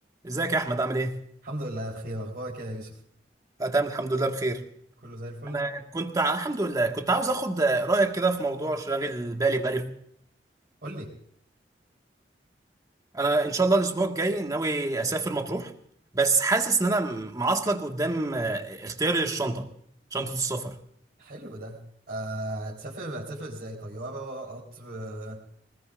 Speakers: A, on the right; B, on the right.
A: ازيك يا احمد عامل ايه
B: الحمد لله بخير اخبارك يا يوسف
A: أنا تمام الحمد لله بخير
B: كله زي الفل
A: انا كنت ع- الحمد لله كنت عاوز اخد رايك كده في موضوع شاغل بالي بقالي
B: قول لي
A: انا ان شاء الله الاسبوع الجاي ناوي اسافر مطروح بس حاسس ان انا م- معصلك قدام آه، اختياري للشنطه شنطه السفر
B: حلو ده آه، هتسافر هتسافر ازاي طياره قطر آه